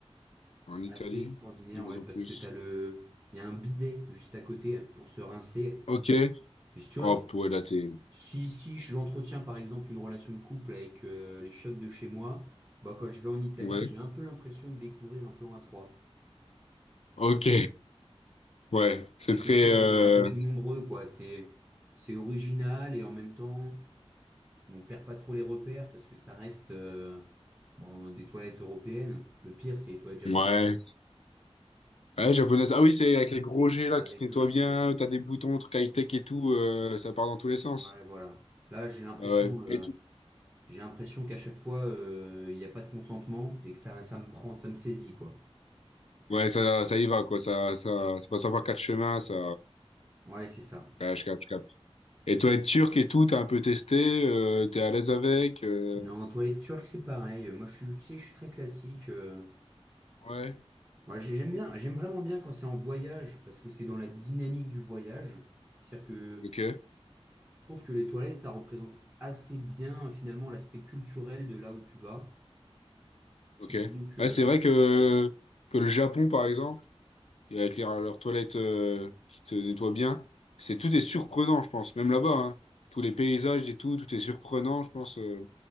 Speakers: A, on the left (about 75°); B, on the right (about 20°).
A: en Italie,
B: Assez extraordinaire,
A: dis-moi
B: ouais,
A: en
B: parce
A: plus.
B: que t'as le... Il y a un bidet juste à côté pour se rincer.
A: Ok.
B: Et tu
A: Hop,
B: vois,
A: ouais, là, t'es...
B: si, si j'entretiens par exemple une relation de couple avec euh, les chiottes de chez moi, bah, quand je vais en Italie,
A: Ouais.
B: j'ai un peu l'impression de découvrir un plan à trois.
A: Ok. Ouais, c'est
B: C'est
A: très...
B: quelque chose
A: euh,
B: où on est un peu plus nombreux, quoi. C'est, c'est original et en même temps, on perd pas trop les repères parce que ça reste euh, bon, des toilettes européennes. Le pire, c'est les toilettes japonaises
A: Ouais. Ouais, japonaise. Ah oui, c'est avec les gros G, là,
B: avec
A: qui nettoient
B: le petit
A: bien,
B: jet.
A: t'as des boutons, trucs high-tech et tout, euh, ça part dans tous les sens.
B: Ouais, voilà. Là, j'ai l'impression...
A: Ah Ouais.
B: euh,
A: Et
B: J'ai l'impression qu'à chaque fois, euh, il n'y a pas de consentement et que ça, ça me prend, ça me saisit, quoi.
A: Ouais, ça, ça y va, quoi. Ça, ça, ça passe pas par quatre chemins, ça.
B: Ouais, c'est ça.
A: Ouais, je capte, je capte. Et toi, être turc et tout, t'as un peu testé, euh, t'es à l'aise avec, euh,
B: Non, toilette turque, c'est pareil. Moi, je suis, tu sais, je suis très classique. euh.
A: ouais.
B: Ouais, j'ai- j'aime bien, j'aime vraiment bien quand c'est en voyage parce que c'est dans la dynamique du voyage. C'est-à-dire que
A: Ok,
B: je trouve que les toilettes, ça représente assez bien, finalement, l'aspect culturel de là où tu vas.
A: ok.
B: Donc,
A: Ouais,
B: euh,
A: c'est vrai que, que le Japon, par exemple, et avec les- leurs toilettes, euh, qui te nettoient bien, c'est, tout est surprenant, je pense. Même là-bas, hein. Tous les paysages et tout, tout est surprenant, je pense. euh,